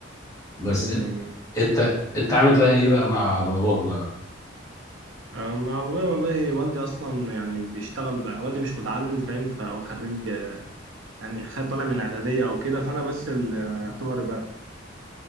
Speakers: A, on the left; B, on the right.
A: بس
B: اللي هم
A: انت
B: يعني
A: انت انت عامل بقى ايه بقى مع باباك بقى
B: انا ابويا والله والدي اصلا يعني بيشتغل بقى والدي مش متعلم فاهم فهو خريج يعني خد طالع من اعداديه او كده فانا بس اللي اعتبر ب-